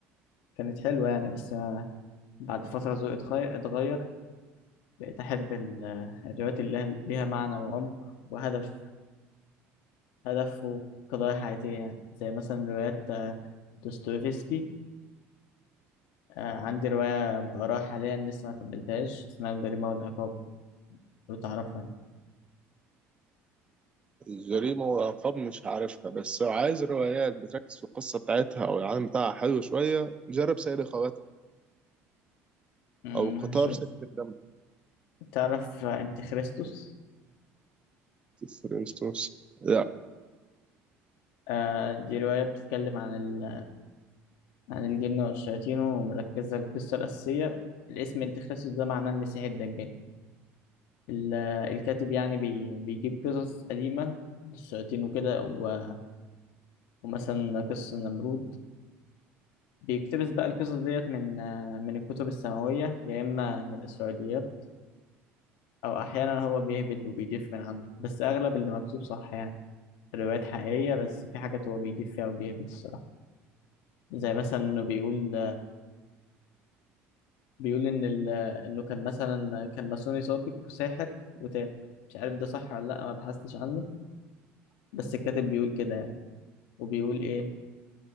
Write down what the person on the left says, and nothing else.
كانت حلوة يعني بس أنا بعد فترة ذوقي اتغير اتغير بقيت أحب ال- الروايات اللي لها ليها معنى وعمق وهدف هدف وقضايا حياتية يعني زي مثلا روايات آه، دوستويفسكي آه، عندي رواية بقراها حاليا لسه ما كملتهاش اسمها الجريمة والعقاب لو تعرفها يعني
أمم،
هشوف
تعرف آه، أنت خريستوس
آه، دي رواية بتتكلم عن ال... عن الجن والشياطين ومركزة القصة الأساسية الاسم أنت خريستوس ده معناه المسيح الدجال ال- الكاتب يعني بي- بيجيب قصص قديمة للشياطين وكده و- ومثلا قصة النمرود بيقتبس بقى القصص ديت من من الكتب السماوية يا إما من إسرائيليات أو أحيانا هو بيهبد وبيضيف من عنده بس أغلب اللي مكتوب صح يعني الروايات حقيقية بس في حاجات هو بيضيف فيها وبيهبد الصراحة زي مثلا إنه بيقول بيقول إن ال- إنه كان مثلا كان ماسوني سابق وساحر وتاب مش عارف ده صح ولا لأ ما بحثتش عنه بس الكاتب بيقول كده يعني وبيقول إيه